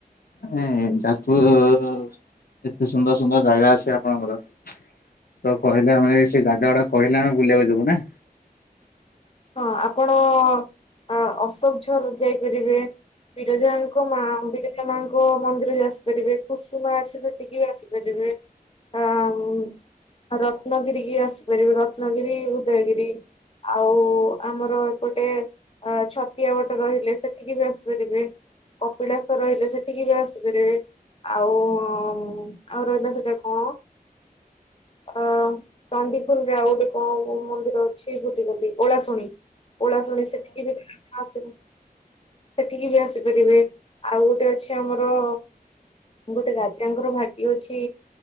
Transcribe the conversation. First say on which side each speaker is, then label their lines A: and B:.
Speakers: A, on the left; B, on the left.
A: ମାନେ ଯାଜ୍ପୁର ରେ ଏତେ ସୁନ୍ଦର ସୁନ୍ଦର ଜାଗା ଅଛି ଆପଣଙ୍କର। ତ କହିଲେ ମାନେ ସେ ଜାଗା ଗୁଡାକ କହିଲେ ଆମେ ବୁଲିଆକୁ ଯିବୁ ନା।
B: ହଁ ଆପଣ ହଁ ଅପ୍ କେନ୍ଦୁଝର୍ ଯାଇପାରିବେ ବିରଜାଙ୍କ ମା ମନ୍ଦିର ମାଙ୍କ ମନ୍ଦିର ବି ଆସିପାରିବେ କୁସୁମା ଅଛି ସେଠିକି ବି ଆସିପାରିବେ। ହଁ ମୁଁ ରତ୍ନଗିରି କି ଆସିପାରିବେ ରତ୍ନଗିରି ଉଦୟଗିରି। ଆଉ ଆମର ଏପଟେ ଅ ଛତିଆ ଗୋଟେ ରହିଲେ ସେଠିକି ବି ଆସିପାରିବେ। କପିଳାସ ରହିଲେ ସେଠିକି ବି ଆସିପାରିବେ। ଆଉ ଆଉ ରହିଲା ସେଟା କଣ? ଅ ଚଣ୍ଡିଖୋଲ ରେ ଆଉ ଗୋଟେ କଣ ମନ୍ଦିର ଅଛି ଭୁଲିଗଲି ଓଳାଶ୍ ଶୁଣି ଓଳାଶୁଣି ସେଠିକି ବି ସମସ୍ତଙ୍କୁ ସେଠିକି ବି ଆସିପାରିବେ ଆଉ ଗୋଟେ ଅଛି ଆମର ଗୋଟେ ରାଜାଙ୍କର ଭାଟି ଅଛି।